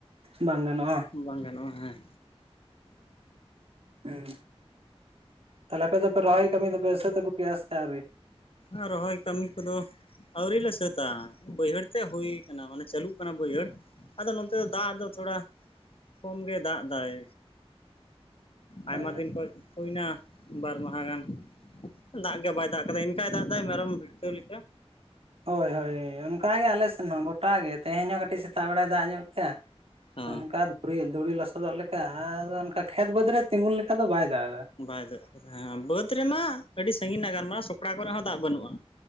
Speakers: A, on the right; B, on the left.
A: ᱵᱟᱝ ᱜᱟᱱᱚᱜᱼᱟ᱾
B: ᱵᱟᱝ ᱜᱟᱱᱚᱜᱼᱟ ᱦᱮᱸ᱾
A: ᱦᱩᱸ, ᱛᱟᱦᱞᱮ ᱟᱯᱮ ᱫᱚᱯᱮ ᱨᱚᱦᱚᱭ ᱠᱟᱹᱢᱤ ᱫᱚᱯᱮ ᱥᱟᱹᱛ ᱟᱹᱜᱩ ᱠᱮᱜ-ᱟ ᱥᱮ ᱟᱣᱨᱤ?
B: ᱟ ᱨᱚᱦᱚᱭ ᱠᱟᱢᱤ ᱠᱚᱫᱚ ᱟᱹᱣᱨᱤᱞ ᱞᱮ ᱥᱟᱹᱛᱟ, ᱵᱟᱹᱭᱦᱟᱹᱲ ᱛᱮᱜ ᱦᱩᱭ ᱠᱟᱱᱟ ᱢᱟᱱᱮ ᱪᱟᱹᱞᱩᱜ ᱠᱟᱱᱟ ᱵᱟᱹᱭᱦᱟᱹᱲ᱾ ᱟᱫᱚ ᱱᱚᱱᱛᱮ ᱫᱚ ᱫᱟᱜ ᱫᱚ ᱛᱷᱚᱲᱟ ᱠᱚᱢ ᱜᱮ ᱫᱟᱜ ᱫᱟᱭ᱾ ᱟᱭᱢᱟ
A: ᱦᱮᱸ
B: ᱫᱤᱱ ᱠᱷᱚᱡ ᱦᱩᱭᱱᱟ ᱵᱟᱨ ᱢᱟᱸᱦᱟ ᱜᱟᱱ ᱫᱟᱜ ᱜᱮ ᱵᱟᱭ ᱫᱟᱜ ᱠᱟᱫᱟ ᱤᱱ ᱠᱟᱭ ᱫᱟᱜ ᱫᱟᱭ ᱢᱮᱨᱚᱢ ᱵᱷᱤᱲᱠᱟᱹᱣ ᱞᱮᱠᱟ,
A: ᱦᱳᱭ ᱦᱳᱭ ᱚᱱᱠᱟ ᱜᱮ ᱟᱞᱮ ᱥᱮᱱ ᱦᱚᱸ ᱜᱚᱴᱟ ᱜᱮ ᱛᱮᱦᱮᱧ ᱦᱚᱸ ᱠᱟᱹᱴᱤᱡ ᱥᱮᱛᱟᱜ ᱵᱮᱲᱟᱭ ᱫᱟᱜ ᱧᱚᱜ ᱠᱮᱜ-ᱟ᱾
B: ᱚ
A: ᱚᱱᱠᱟ ᱫᱷᱩᱨᱤ ᱫᱷᱩᱲᱤ ᱞᱚᱥᱚᱫᱚᱜ ᱞᱮᱠᱟ ᱟᱫᱚ ᱚᱱᱠᱟ ᱠᱷᱮᱛ ᱵᱟᱹᱫᱽ ᱨᱮ ᱛᱤᱸᱜᱩᱱ ᱞᱮᱠᱟ ᱫᱚ ᱵᱟᱭ ᱫᱟᱜ ᱮᱫᱟ᱾
B: ᱵᱟᱭ ᱫᱟᱜ ᱠᱟᱫᱟ, ᱦᱮᱸ ᱵᱟᱹᱫᱽ ᱨᱮᱢᱟ ᱟᱹᱰᱤ ᱥᱟᱺᱜᱤᱧ ᱨᱮᱱᱟᱜ ᱜᱟᱞᱢᱟᱨᱟᱣ ᱥᱚᱠᱲᱟ ᱠᱚᱨᱮ ᱦᱚᱸ ᱫᱟᱜ ᱵᱟᱹᱱᱩᱜᱼᱟ᱾